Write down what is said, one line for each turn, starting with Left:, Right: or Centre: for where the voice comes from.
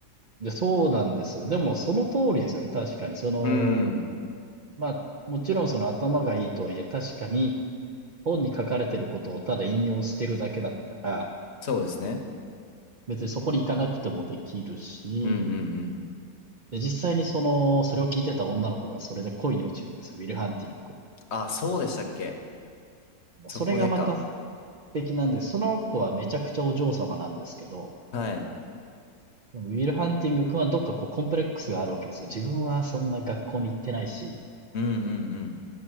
Right: で、そうなんですよ。でも、その通りですよね。確かに。その、
Left: うーん。
Right: まあ、もちろんその頭がいいとはいえ、確かに本に書かれてることをただ引用してるだけだったら、
Left: そうですね。
Right: 別にそこに行かなくてもできるし、
Left: うんうんうん。
Right: で、実際にその、それを聞いてた女の子がそれで恋に落ちるんですよ。ウィル・ハンティング君。
Left: あ、そうでしたっけ。そこでか。
Right: それがまた素敵なんです。その子はめちゃくちゃお嬢様なんですけど、
Left: はい。
Right: でもウィル・ハンティング君はどっかこうコンプレックスがあるわけですよ。自分はそんな学校に行ってないし、
Left: うんうんうん。